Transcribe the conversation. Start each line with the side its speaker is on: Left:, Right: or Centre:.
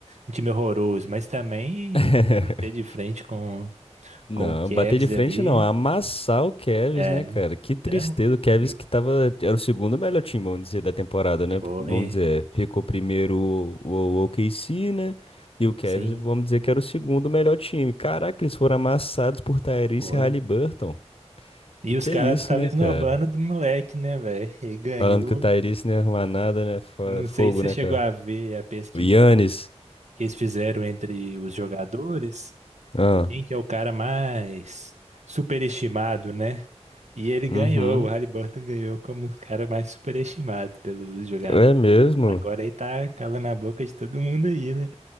Right: um time horroroso, mas também
Left: <laughs>
Right: bater de frente com
Left: Não,
Right: com o Kevs
Left: bater de frente
Right: ali.
Left: não, amassar o Cavs,
Right: É,
Left: né, cara? Que tristeza,
Right: tranquilo.
Left: o Cavs que tava, era o segundo melhor time, vamos dizer, da temporada, né?
Right: Foi,
Left: Vamos dizer, ficou primeiro o, o OKC, né? E o Cavs,
Right: sim,
Left: vamos dizer que era o segundo melhor time. Caraca, eles foram amassados por Tyrese
Right: foram.
Left: e Haliburton.
Right: E
Left: E
Right: os
Left: que
Right: caras
Left: é isso,
Right: estavam
Left: né,
Right: esnobando
Left: cara?
Right: do moleque, né, velho? E ganhou.
Left: Falando que o Tyrese não ia arrumar nada, né? Fo-
Right: Não
Left: Fogo,
Right: sei se você
Left: né,
Right: chegou
Left: cara?
Right: a ver a pesquisa
Left: O Giannis.
Right: que que eles fizeram entre os jogadores.
Left: Ah,
Right: Quem que é o cara mais superestimado, né? E ele
Left: uhum.
Right: ganhou, o Haliburton ganhou como o cara mais superestimado pelos jogadores.
Left: É mesmo.
Right: Agora ele tá calando a boca de todo mundo aí, né?